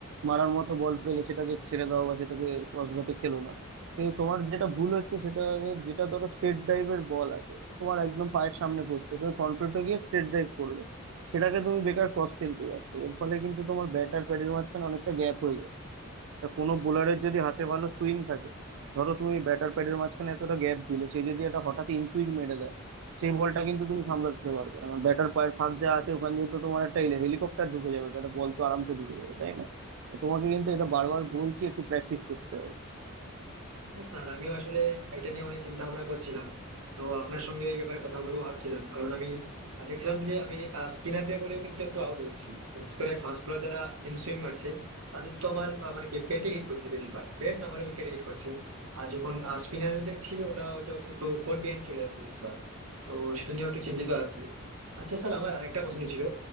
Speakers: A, on the right; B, on the right.
A: মারার মতো বল পেলে সেটাকে ছেড়ে দাও বা সেটাকে ক্রস ব্যাটে খেলো না কিন্তু তোমার যেটা ভুল হচ্ছে সেটা হলো, যেটা ধরো স্ট্রেট ড্রাইভের বল আছে তোমার একদম পায়ের সামনে পড়ছে তুমি ফ্রন্ট ফুটে গিয়ে স্ট্রেট ড্রাইভ করবে সেটাকে তুমি বেকার ক্রস খেলতে যাচ্ছ এর ফলে কিন্তু তোমার ব্যাটার প্যাডের মাঝখানে অনেকটা গ্যাপ হয়ে যাবে তা কোনো বোলারের যদি হাতে ভালো সুইং থাকে ধরো তুমি ব্যাটার প্যাডের মাঝখানে এতটা গ্যাপ দিলে সে যদি একটা হঠাৎ ইন সুইং মেরে দেয় সেই বলটা কিন্তু তুমি সামলাতে পারবে না মানে ব্যাটার পায়ের ফাঁক যা আছে ওখান দিয়ে তো তোমার একটা হেলিকপ্টার ঢুকে যাবে তো একটা বল তো আরামসে ঢুকে যাবে তাই না তো তোমাকে কিন্তু এটা বারবার বলছি একটু প্র্যাকটিস করতে হবে
B: হ্যাঁ স্যার আমিও আসলে এটা নিয়ে অনেক চিন্তা ভাবনা করছিলাম তো আপনার সঙ্গে এই ব্যাপারে কথা বলবো ভাবছিলাম কারণ আমি আহ, দেখছিলাম যে আমি স্পিনার দিয়ে বলেও কিন্তু একটু আউট হচ্ছি বিশেষ করে ফাস্ট বলার যারা ইন সুইং মারছে তাদের তো আমার আহ, মানে কি পেটে হিট করছে বেশিরভাগ পেট না হলে উইকেটে হিট করছে আর যখন স্পিনারে দেখছি ওটা হয়তো একটু কোট বিহাইন্ড চলে যাচ্ছে বেশিরভাগ তো সেটা নিয়ে একটু চিন্তিত আছি আচ্ছা স্যার আমার আরেকটা প্রশ্ন ছিল